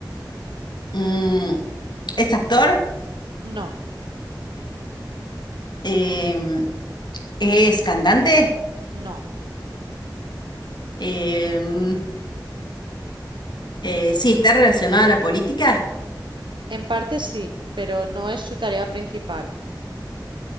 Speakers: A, on the left; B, on the right.
A: Mm, ¿es actor?
B: No,
A: em, es cantante,
B: no.
A: em, eh, sí, está relacionado a la política,
B: En parte sí, pero no es su tarea principal.